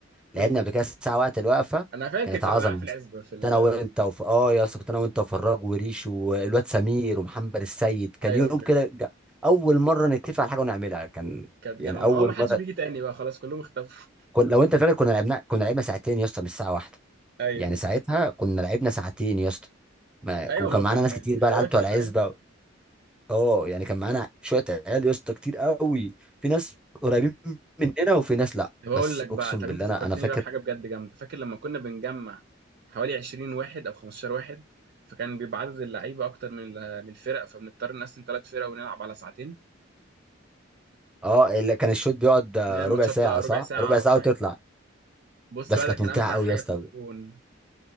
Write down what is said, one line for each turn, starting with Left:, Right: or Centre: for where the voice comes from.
Centre: لعبنا
Right: قول
Centre: قبل كده الساعه وقت الوقفه
Right: انا فاكر
Centre: كانت
Right: كنا
Centre: عظمه
Right: بنلعب في
Centre: يا
Right: العزبه
Centre: اسطى.
Right: في
Centre: كنت
Right: ال...
Centre: انا وانت وف... اه يا اسطى كنت انا وانت وفراج وريش والواد سمير ومحمد السيد
Right: <laughs>
Centre: كان
Right: ايوه
Centre: يوم
Right: كان
Centre: كده ج- اول مره نتفق على حاجه ونعملها كان
Right: كانت
Centre: يعني
Right: جا-
Centre: اول
Right: ما هو ما حدش
Centre: مره
Right: بيجي تاني بقى خلاص كلهم اختفوا
Centre: كن... لو انت فاكر كنا لعبنا كنا لعبنا ساعتين يا اسطى مش ساعه واحده
Right: <laughs> ايوه
Centre: يعني ساعتها كنا لعبنا ساعتين يا اسطى ما...
Right: ايوه
Centre: وكان
Right: ما هو
Centre: معانا
Right: كان من
Centre: ناس كتير بقى
Right: حلاوتها
Centre: العيال بتوع العزبه
Right: فاهم
Centre: اه يعني كان معانا شويه عيال يا اسطى كتير قوي في ناس قريبين مننا وفي ناس لا
Right: طب اقول
Centre: بس
Right: لك بقى
Centre: اقسم
Right: طب
Centre: بالله
Right: انت فكرتني
Centre: انا انا فاكر
Right: بقى بحاجه بجد جامده فاكر لما كنا بنجمع حوالي 20 واحد او 15 واحد فكان بيبقى عدد اللعيبه اكتر من ال- من الفرق فبنضطر نقسم ثلاث فرق ونلعب على ساعتين
Centre: اه اللي كان الشوط بيقعد آه،
Right: بنعمل ماتشات
Centre: ربع ساعة
Right: ربع
Centre: صح؟
Right: ساعه
Centre: ربع
Right: او
Centre: ساعة
Right: حاجه
Centre: وتطلع
Right: بص
Centre: بس
Right: بقى
Centre: كانت
Right: ده كان
Centre: ممتعة
Right: امتع
Centre: قوي
Right: حاجه
Centre: يا اسطى
Right: في الكون